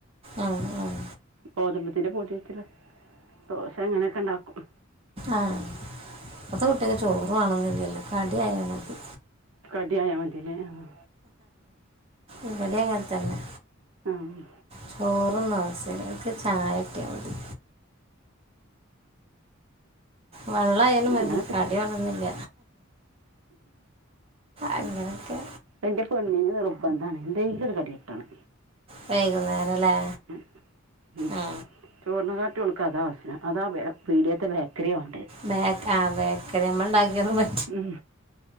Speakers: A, on the right (about 30°); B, on the right (about 80°).
A: ഉം ഉം
B: ഗോതമ്പത്തിന്റെ പൊടീട്ടുള്ള ദോശ അങ്ങനെയൊക്കെ ഇണ്ടാക്കും
A: ആഹ് ഇപ്പത്തെ കുട്ടികോക്ക് ചോറ് വേണോന്നില്ലല്ലോ കടി ആയാലും മതി
B: കടിയായാ മതില്ലേ ആഹ്
A: ഇവടെയും അങ്ങനെതന്നെ
B: ആഹ്
A: ചോറൊന്നും അവസിയങ്ങക്ക് ചായ കിട്ടിയാ മതി വെള്ളം ആയാലും മതി
B: അങ്ങനെയൊക്കെ
A: കടി
B: ചെയ്യും
A: വേണോന്നില്ല അങ്ങനൊക്കെ
B: എന്റെ പെണ്ണിന് നിർബന്ധമാണ് എന്തെങ്കിലൊരു കടി കിട്ടണം
A: വൈകുന്നേരം അല്ലേ
B: ഉം ഉം
A: ആ
B: ചോറിനെ കാട്ടി ഓൾക്ക് അതാ ആവശ്യം അതാ പീടിയത്തെ ബേക്കറിയാ വേണ്ടേ
A: ബേക്ക ആഹ് ബേക്കറി നമ്മൾ ഉണ്ടാക്കിയതും പ
B: ഉം